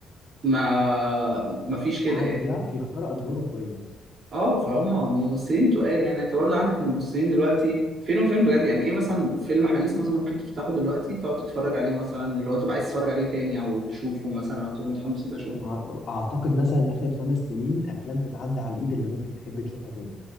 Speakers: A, on the right; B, on the left.
A: ما ما فيش كده
B: ع-
A: يعني
B: بيعرف يختار ادواره كويس
A: اه فهم ممثلين تقال يعني انت برضه عندك الممثلين دلوقتي فين وفين بجد يعني ايه مثلا فيلم حديث مثلا ممكن تفتحه دلوقتي تقعد تتفرج عليه مثلا اللي هو تبقى عايز تتفرج عليه تاني او تشوفه مثلا او تبقى متحمس انت
B: ما اعتقد مثلا اخر خمس سنين افلام تتعدى على الايد اللي ممكن تحب تشوفها تاني